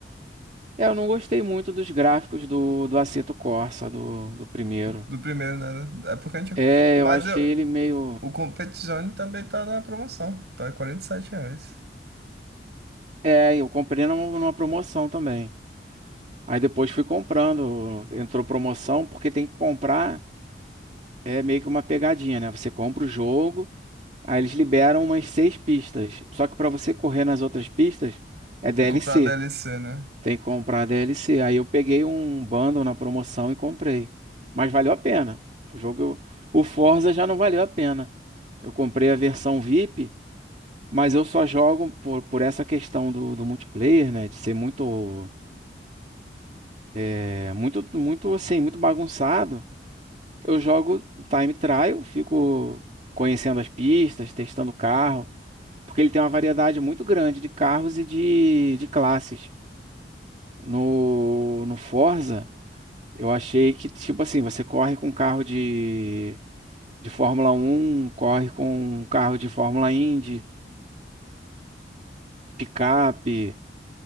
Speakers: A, on the right (about 40°); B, on the right (about 70°).
A: É, eu não gostei muito dos gráficos do, do Assetto Corsa, do, do primeiro.
B: Do primeiro, né? É porque a gente.
A: É,
B: Mas
A: eu achei
B: eu,
A: ele meio.
B: o Competizione também tá na promoção. Tá 47 reais.
A: É, eu comprei numa, numa promoção também. Aí depois fui comprando, entrou promoção, porque tem que comprar, é meio que uma pegadinha, né? Você compra o jogo, aí eles liberam umas seis pistas. Só que pra você correr nas outras pistas, é
B: Tem
A: DLC.
B: que comprar a DLC, né?
A: Tem que comprar DLC. Aí eu peguei um bundle na promoção e comprei. Mas valeu a pena. O jogo, o Forza já não valeu a pena. Eu comprei a versão VIP, mas eu só jogo por, por essa questão do, do multiplayer, né? De ser muito, é, muito, muito assim, muito bagunçado. Eu jogo time trial, fico conhecendo as pistas, testando o carro, porque ele tem uma variedade muito grande de carros e de, de classes. No, no Forza, eu achei que, tipo assim, você corre com carro de, de Fórmula Um, corre com um carro de Fórmula Indy, picape.